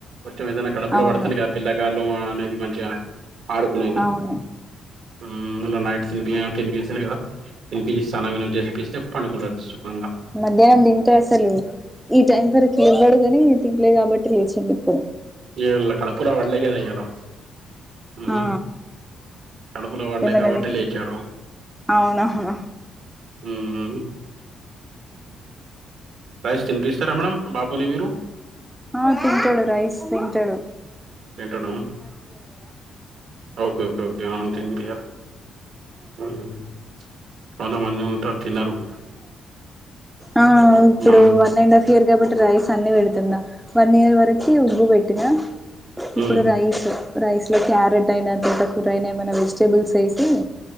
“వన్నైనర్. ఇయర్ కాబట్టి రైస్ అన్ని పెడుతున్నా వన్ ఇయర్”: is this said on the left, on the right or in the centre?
Centre